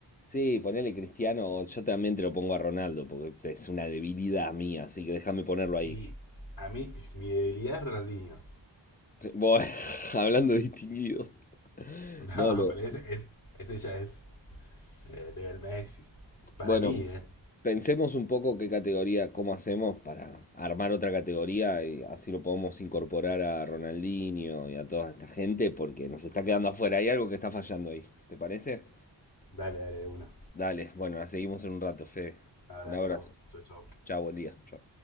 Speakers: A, on the left (about 20°); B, on the left (about 45°).
A: Sí, ponele Cristiano, o yo también te lo pongo a Ronaldo, porque es una debilidad mía, así que déjame ponerlo ahí.
B: Y a mí, mi debilidad es Ronaldinho. <laughs>
A: Sí, Bueno, <laughs> hablando de distinguidos.
B: No,
A: No, lo-
B: pero ese, es, ese ya es eh, level Messi. Para
A: bueno,
B: mí, eh.
A: pensemos un poco qué categoría, cómo hacemos para armar otra categoría y así lo podemos incorporar a Ronaldinho y a toda esta gente porque nos está quedando afuera. Hay algo que está fallando ahí, ¿te parece?
B: Dale, dale, de una.
A: Dale, bueno, la seguimos en un rato, Fede.
B: Abrazo.
A: Un abrazo.
B: Chau, chau.
A: Chao, buen día. Chao.